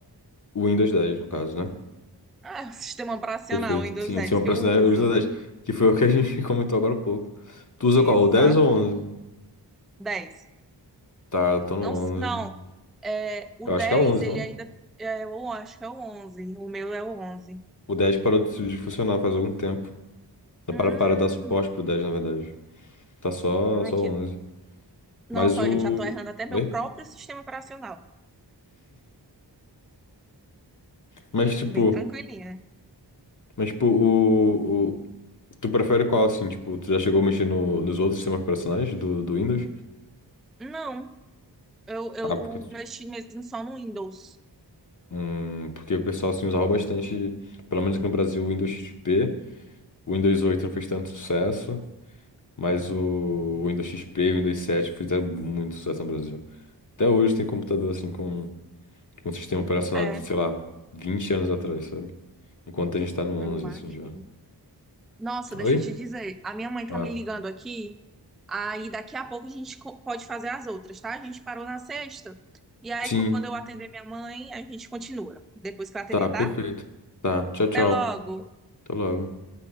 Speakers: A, on the left; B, in the centre.
A: o Windows 10, no caso, né?
B: Ah, é o <laughs> sistema operacional
A: Perfeito.
B: Windows
A: Sim,
B: 10
A: sim, eu
B: que
A: pressionei
B: eu uso.
A: o Windows 10, que foi o que a gente <laughs> comentou agora há pouco. Tu usa
B: Exata.
A: qual, o 10 ou o 11?
B: 10.
A: Tá, eu tô no
B: Não,
A: 11.
B: não. É, o
A: Eu
B: 10
A: acho que é o 11,
B: ele
A: não?
B: ainda. É, eu acho que é o onze O meu é o onze
A: O 10 parou de de funcionar faz algum tempo. Dá
B: Hum.
A: Para, para dar suporte pro 10, na verdade. Tá só,
B: Ai,
A: só o
B: que.
A: 11.
B: Nossa,
A: Mas o...
B: olha, eu já tô errando até meu
A: Oi?
B: próprio sistema operacional.
A: Mas tipo...
B: Bem tranquilinha.
A: Mas tipo, o, Tu prefere qual, assim, tipo, tu já chegou a mexer no- nos outros sistemas operacionais do, do Windows?
B: Não, eu, eu
A: Ah, porque,
B: mexi mesmo só no Windows.
A: hum, porque o pessoal, assim, usava bastante, pelo menos aqui no Brasil, o Windows XP. O Windows 8 não fez tanto sucesso, mas o Windows XP e o Windows 7 fizeram muito sucesso no Brasil. Até hoje tem computador, assim, com, com um sistema operacional
B: É,
A: de, sei lá, 20 anos atrás, sabe? Enquanto a gente tá no 11
B: eu acho
A: assim, já.
B: que. Nossa, deixa
A: Oi?
B: eu te dizer. A minha mãe tá
A: Ah,
B: me ligando aqui. Aí daqui a pouco a gente co- pode fazer as outras, tá? A gente parou na sexta. E aí,
A: sim,
B: quando eu atender minha mãe, a gente continua. Depois que eu atender,
A: tá, perfeito.
B: tá?
A: Tá, tchau, tchau.
B: Até logo.
A: Até logo.